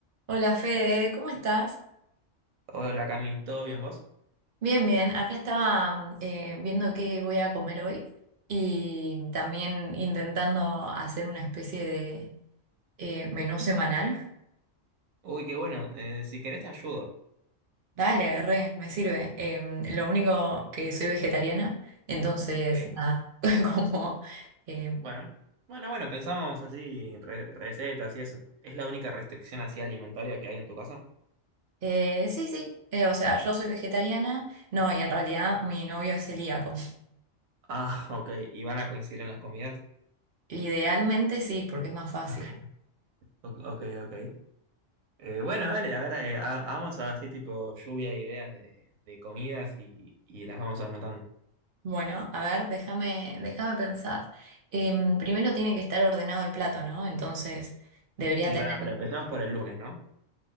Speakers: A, on the right; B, on the right.
A: Hola Fede, ¿cómo estás?
B: Hola Cami, ¿todo bien vos?
A: Bien, bien. Acá estaba eh, viendo qué voy a comer hoy y también intentando hacer una especie de eh, menú semanal.
B: Uy, qué bueno, eh, si querés te ayudo.
A: Dale, re, me sirve. Em, lo único que soy vegetariana, entonces
B: Ok.
A: nada, <laughs> como... em,
B: Bueno, bueno, bueno, pensamos así, re- recetas y eso. ¿Es la única restricción así alimentaria que hay en tu casa?
A: eh, sí, sí, eh, o sea, yo soy vegetariana, no, y en realidad mi novio es celíaco.
B: Ah, <laughs> ok, ¿y van a coincidir en las comidas?
A: Idealmente sí, porque es más fácil.
B: Ok, o- ok, ok. Eh, bueno, dale, ahora eh, ha- vamos a así tipo lluvia de ideas de, de comidas y, y las vamos anotando.
A: Bueno, a ver, déjame, déjame pensar. Em, primero tiene que estar ordenado el plato, ¿no? Entonces debería
B: Sí,
A: tener.
B: pará, pero empezamos por el lunes, ¿no?